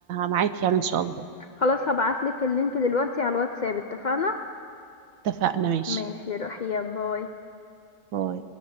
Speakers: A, on the right; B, on the left.
A: معاكي يعني ان شاء الله
B: خلاص هبعتلك اللينك دلوقتي على الواتساب اتفقنا
A: اتفقنا ماشي
B: ماشي روحي يا باي
A: باي